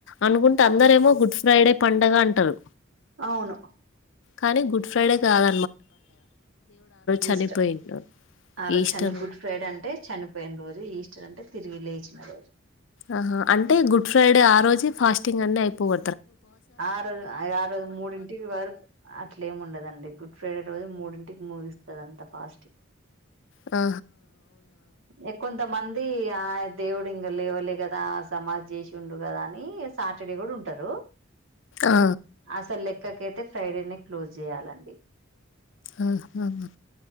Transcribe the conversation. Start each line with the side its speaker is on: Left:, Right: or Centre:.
Left: అనుకుంటే
Right: అనుకుంట
Left: అందర ఏమో
Right: అందరూ
Left: గుడ్ ఫ్రైడే పండగ అంటారు
Right: అవును
Left: కానీ గుడ్ ఫ్రైడే కాదు చనిపోయిండు.
Right: ఈస్టర్ ఆ రోజు
Left: ఈస్టర్
Right: చని గుడ్ ఫ్రైడే అంటే చనిపోయిన రోజు ఈస్ట అంటే తిరిగి లేయిచిన రోజు
Left: ఆహా అంటే గుడ్ ఫ్రైడే ఆ రోజు ఫాస్టింగ్ అన్ని అయిపోవ
Right: ఆ రోజు ఆ రోజు మూడింటికి వరకు అట్లేం ఉండదండి గుడ్ ఫ్రైడే రోజు మూడింటి టి ముగిస్తదంతా ఫాస్ట్ంగ్
Left: ఆ
Right: ఎకుంత మంత అది ఆ దేవుడు ఇంక లేవలే కదా సమాధి చేసి ఉండు కదా అని సాటర్డే కూడా ఉంటారు
Left: ఆ!
Right: అసలు ఇంకాకైతే ఫ్రైడేనే క్లోజ్ చేయ్యాలండి
Left: ఉహు